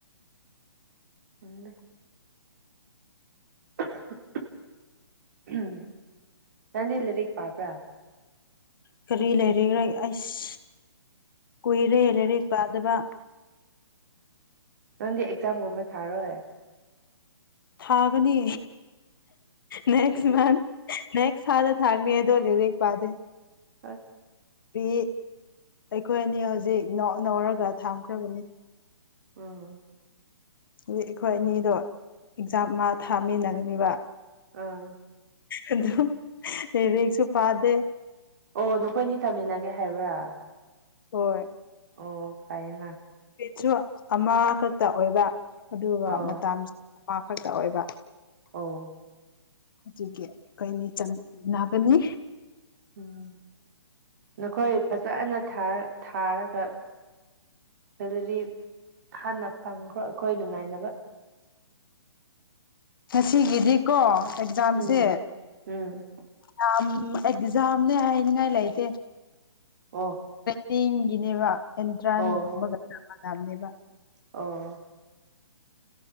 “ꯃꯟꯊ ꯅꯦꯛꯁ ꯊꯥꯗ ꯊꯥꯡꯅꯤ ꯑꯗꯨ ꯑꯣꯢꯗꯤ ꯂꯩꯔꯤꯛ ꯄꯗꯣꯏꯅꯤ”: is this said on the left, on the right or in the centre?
Left